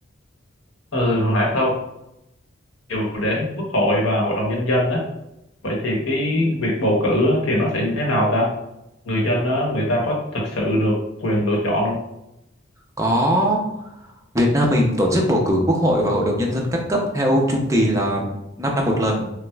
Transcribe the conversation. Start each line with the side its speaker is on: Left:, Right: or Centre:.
Left: Ừ, hồi nãy tao đều đến Quốc hội và Hội đồng Nhân dân á. Vậy thì cái việc bầu cử á, thì nó sẽ như thế nào ta? Người dân á, người ta có thực sự được quyền lựa chọn không?
Right: có Việt Nam mình tổ chức bầu cử Quốc hội và Hội đồng Nhân dân các cấp theo chu kỳ là 5 năm một lần.